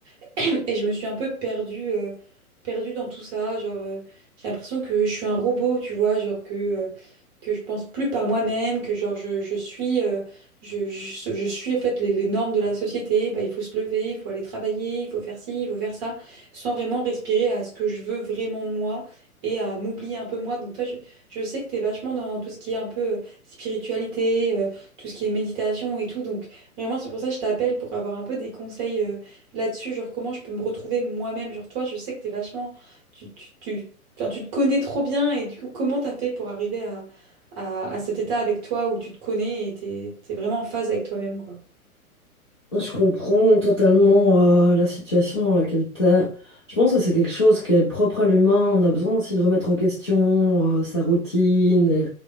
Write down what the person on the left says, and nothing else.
Je comprends totalement euh, la situation dans laquelle t'es. Je pense que c'est quelque chose qui est propre à l'humain. On a besoin aussi de remettre en question euh, sa routine. Et